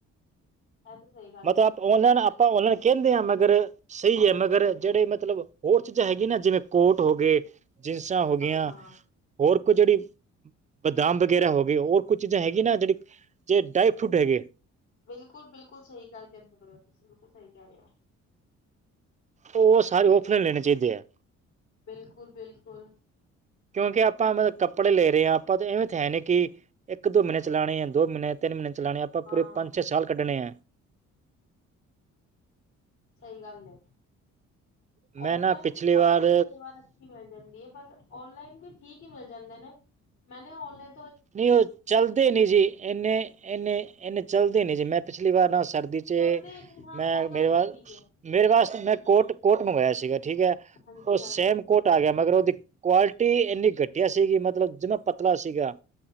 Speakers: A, on the left; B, on the right.
A: ਐਹ ਤੇ ਸਹੀ ਗੱਲ
B: ਮਤਲਬ ਆਪ
A: ਏ
B: ਔਨਲਾਈਨ ਆਪਾਂ ਔਨਲਾਈਨ ਕਹਿੰਦੇ ਹਾਂ ਮਗਰ ਸਹੀ ਹੈ ਮਗਰ ਜਿਹੜੇ ਮਤਲਬ ਹੋਰ ਚੀਜ਼ਾਂ ਹੈਗੈ ਨਾ ਜਿਵੇਂ ਕੋਟ ਹੋ ਗੇ ਜਿਸਸਾਂ ਹੋ ਗੀਆਂ
A: ਹਾਂ
B: ਹੋਰ ਕੋ ਜਿਹੜੀ ਬਦਾਮ ਵਗੈਰਾ ਹੋ ਗੇ ਹੋਰ ਕੁਝ ਚੀਜ਼ਾਂ ਹੈਗੀਆਂ ਨਾ ਜਿਹੜੀ ਜੇ ਡਰਾਈ ਫਰੂਟ ਹੈਗੇ।
A: ਬਿਲਕੁਲ ਬਿਲਕੁਲ ਸਹੀ ਗੱਲ ਕਹਿੰਦੇ ਪਏ ਹੋ ਬਿਲਕੁਲ ਸਹੀ ਕਹਿ ਰਹੇ ਹੋ।
B: ਉਹ ਸਾਰੇ ਓਫਨਨ <unintelligible> ਲੈਣੇ ਚਾਹੀਦੇ ਆ।
A: ਬਿਲਕੁਲ ਬਿਲਕੁਲ
B: ਕਿਉਂਕਿ ਆਪਾਂ ਮਤਲਬ ਕੱਪੜੇ ਲੈ ਰਹੇ ਹਾਂ ਆਪਾਂ ਤਾਂ ਇਵੇਂ ਤਾਂ ਹੈ ਨੇ ਕੀ ਇੱਕ ਦੋ ਮਹੀਨੇ ਚਲਾਣੇ ਆ, ਦੋ ਮਹੀਨੇ, ਤਿੰਨ ਮਹੀਨੇ ਚਲਾਣੇ ਆ ਆਪਾਂ
A: ਹਾਂ
B: ਪੂਰੇ ਪੰਜ ਛ ਸਾਲ ਕੱਢਣੇ ਐ।
A: ਸਹੀ ਗੱਲ ਏ
B: ਮੈਂ
A: ਔਫਲਾਈਨ
B: ਨਾ ਪਿਛਲੀ
A: ਕੁਆਲਿਟੀ
B: ਵਾਰ
A: ਕਈ ਵਾਰ ਅੱਛੀ ਮਿਲ ਜਾਂਦੀ ਹੈ ਪਰ ਔਨਲਾਈਨ ਵੀ ਠੀਕ ਹੀ ਮਿਲ ਜਾਂਦੇ ਨੇ ਮੈਨੇ ਔਨਲਾਈ
B: ਨਹੀਂ ਉਹ ਚਲਦੇ ਨੀ ਜੀ ਇੰਨੇ ਇੰਨੇ ਇੰਨੇ ਚੱਲਦੇ ਨੀ ਜੀ ਮੈਂ ਪਿਛਲੀ ਵਾਰ ਨਾ ਸਰਦੀ ਚੇ
A: ਚੱਲਦੇ ਨੀ ਹਾਂ
B: ਮੈਂ
A: ਇਹ ਗੱਲ
B: ਮੇਰੇ ਵੱਲ
A: ਤੇ ਠੀਕ ਹੈ
B: ਮੇਰੇ ਵਾਸਤੇ ਮੈਂ ਕੋਟ ਕੋਟ ਮੰਗਵਾਇਆ ਸੀਗਾ ਠੀਕ ਹੈ
A: ਹਾਂਜੀ
B: ਉਹ
A: ਹਾਂਜੀ
B: ਸੇਮ ਕੋਟ ਘਟ ਆ ਗਿਆ ਮਗਰ ਉਹਦੀ ਕੁਆਲਿਟੀ ਇੰਨੀ ਘਟੀਆ ਸੀਗੀ ਮਤਲਬ ਜਿਨਾ ਪਤਲਾ ਸੀਗਾ।